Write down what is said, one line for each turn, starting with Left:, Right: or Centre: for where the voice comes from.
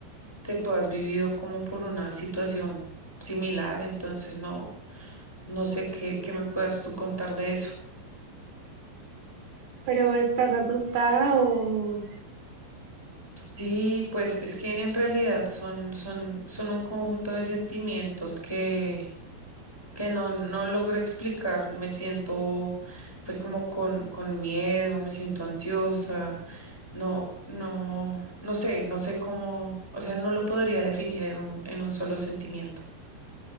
Centre: que tú has vivido como por una situación similar, entonces no, no sé qué, qué me puedas tú contar de eso.
Right: pero ¿estás asustada o
Centre: Sí, pues es que en realidad son, son, son un conjunto de sentimientos que, que no, no logro explicar. Me siento pues como con, con miedo, me siento ansiosa, no, no, no sé, no sé cómo, o sea, no lo podría definir en un, en un solo sentimiento.